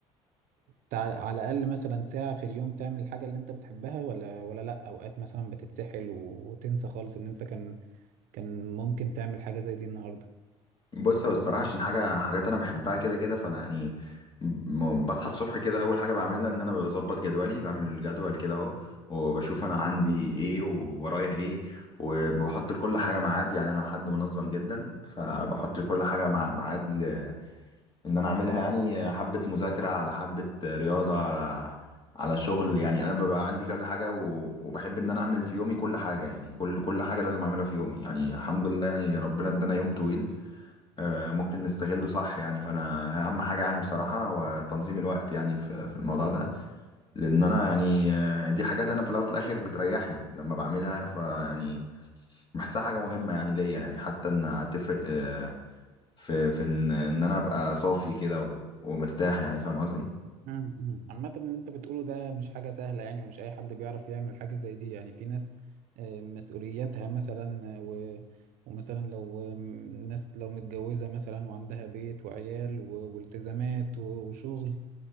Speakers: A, on the right (about 65°); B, on the left (about 30°).
A: تع- على الأقل مثلا ساعة في اليوم تعمل الحاجة اللي أنت بتحبها ولا ولا لأ أوقات مثلا بتتسحل وتنسى خالص إن أنت كان كان ممكن تعمل حاجة زي دي النهاردة
B: بص هو الصراحة عشان حاجة حاجات أنا بحبها كده كده فأنا يعني م- بصحى الصبح كده أول حاجة بعملها إن أنا بظبط جدولي بعمل جدول كده أهو وبشوف أنا عندي إيه وورايا إيه وبحط لكل حاجة ميعاد يعني أنا حد منظم جدا فبحط لكل حاجة مع ميعاد ل- إن أنا أعملها يعني حبة مذاكرة على حبة رياضة على على شغل يعني أنا ببقى عندي كذا حاجة و... وبحب إن أنا أعمل في يومي كل حاجة يعني كل كل حاجة لازم أعملها في يومي يعني الحمد لله يعني ربنا إدانا يوم طويل آه، ممكن نستغله صح يعني فانا اهم حاجه يعني بصراحه هو تنظيم الوقت يعني في في الموضوع ده لان انا يعني آه، دي حاجات انا في الاول وفي الاخر بتريحني لما بعملها فيعني بحسها حاجه مهمه يعني ليا يعني حتى انها تفرق آه، في في ان إن انا ابقى صافي كده و- ومرتاح يعني فاهم قصدي
A: مم. مم. عامة اللي أنت بتقوله ده مش حاجة سهلة يعني ومش أي حد بيعرف يعمل حاجة زي دي يعني في ناس آه، مسؤولياتها مثلا آه، و ومثلا لو آه، ناس لو متجوزة مثلا وعندها بيت وعيال و- والتزامات و- وشغل